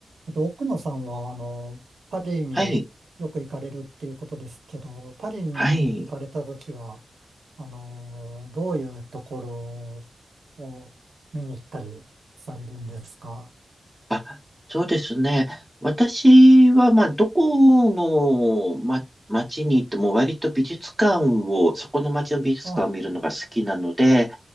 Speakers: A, on the right; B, in the centre.
A: えっと、奥野さんは、あの、パリによく行かれるっていうことですけど、
B: はい、
A: パリに行かれたときは、
B: はい。
A: あの、どういうところを見に行ったりされるんですか
B: あ、そうですね。私は、まあ、どこの、ま、町に行っても割と美術館を、そこの町の美術館を見るのが好きなので、
A: あ、